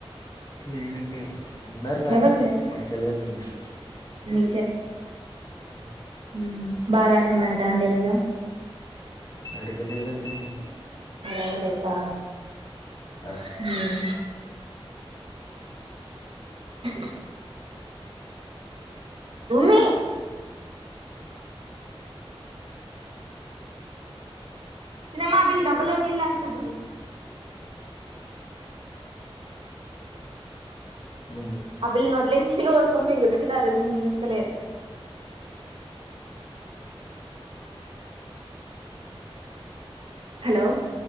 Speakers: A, on the left; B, on the right.
A: లేరండి ఎవరూ ఉన్నారు కానీ
B: ఎవరు లేరు
A: మాక్ చెల్లెళ్ళు ఉన్నారు
B: మీ
A: అ
B: ఉమ్ బా రాసిందంట అండి ఎగ్జామ్
A: అడగలేదండి నేన్
B: అడగ లేదా
A: ఆ
B: హుమ్ ఆ ఉమి చిన్నమ్మ ఆ పిల్ల డబ్బాలో నీ నీళ్ళు తాగుతది చూడు
A: ఉ
B: ఆ పిల్లలు నోట్లోకి నీళ్ళు పోసుకొని మింగుతున్నారు ఉమ్మిస్తలేరు హలో